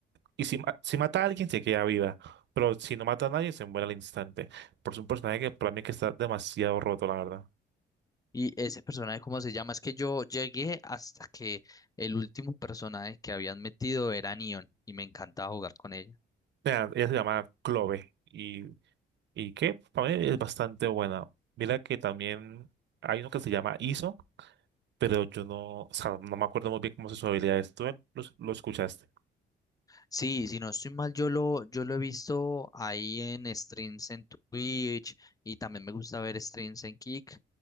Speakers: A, on the right (about 65°); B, on the left (about 20°).
A: Y si, ma- si mata a alguien, se queda viva. Pero si no mata a nadie, se muere al instante. Por es un personaje que para mí que está demasiado roto, la verdad.
B: Y ese personaje, ¿cómo se llama? Es que yo llegué hasta que el último personaje que habían metido era Neon y me encantaba jugar con ella.
A: Mira, ella se llama Clove y y que para mí es bastante buena. Mira que también hay uno que se llama ISO, pero yo no, o sea, no me acuerdo muy bien cómo son sus habilidades. ¿Tú lo, lo escuchaste?
B: Sí, si no estoy mal, yo lo, yo lo he visto ahí en streams en Twitch y también me gusta ver streams en Kick.